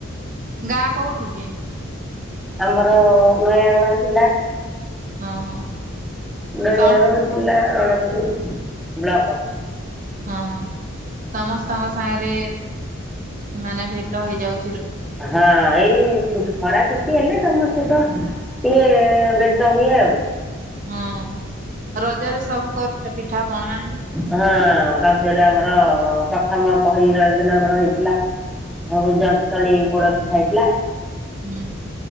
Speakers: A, on the right (about 40°); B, in the centre.
A: ଗାଁ କୋଉଠି ଯେ।
B: ଆମର ନୟାଗଡ଼ ଜିଲ୍ଲା।
A: ହଁ ହଁ
B: ନୟାଗଡ଼
A: ସମ
B: ଜିଲ୍ଲା । ରଣପୁରୁ। <unintelligible>
A: ହଁ ହ ସମସ୍ତଙ୍କ ସାଙ୍ଗରେ ମାନେ ଭେଟ ହେଇଯାଉଛି ରଜରେ ଆଉ।
B: ହଁ ଏଇ ଖରା ଛୁଟି ହେଲେ ସମସ୍ତେ ତ ଟିକେ ଭେଟ ହୁଏ ଆଉ
A: ହୁଁ ରଜରେ ସବୁ କରୁ ପିଠା ପାଣ
B: ହଁ ରଜରେ ଆମର ପ୍ରଥମ ପହିଲି ରଜ ଦିନ ଆମର ହେଇଥିଲା ସବୁ ଜନ୍ତଣୀ ପୋଡ ପିଠା ହେଇଥିଲା।
A: ହୁଁ।